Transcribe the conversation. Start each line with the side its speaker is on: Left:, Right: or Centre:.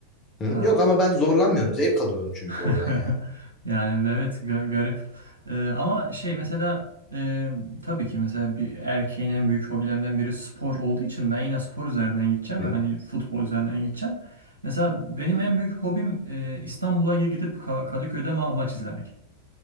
Left: Hı?
Right: Ee,
Left: Yok ama ben zorlanmıyorum. Zevk alıyorum çünkü
Right: <laughs>
Left: oradan yani.
Right: Yani evet ga- garip. Ee, ama şey mesela e, tabii ki mesela bir erkeğin en büyük hobilerinden biri spor olduğu için ben yine spor üzerinden gideceğim
Left: Hı.
Right: ve hani futbol üzerinden gideceğim. Mesela benim en büyük hobim e, İstanbul'a gidip Ka- Kadıköy'de ma- maç izlemek.